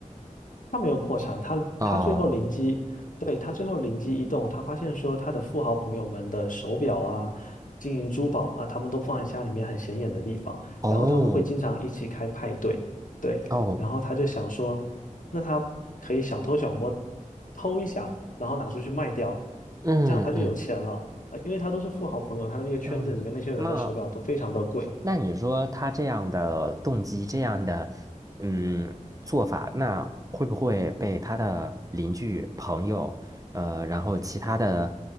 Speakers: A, on the left; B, on the right.
A: 他没有破产，他他最后灵机，
B: 哦
A: 对，他最后灵机一动，他发现说他的富豪朋友们的手表啊、金银珠宝啊，他们都放在家里面很显眼的地方，
B: 哦
A: 然后他们会经常一起开派对，对，
B: 哦，
A: 然后他就想说，那他可以小偷小摸偷一下，然后拿出去卖掉，
B: 嗯嗯
A: 这样他就有钱了。啊，因为他都是富豪朋友，他的那个圈子里面那些人的手表都非常的贵，
B: 嗯，那。那你说他这样的动机，这样的嗯做法，那会不会被他的邻居、朋友，呃，然后其他的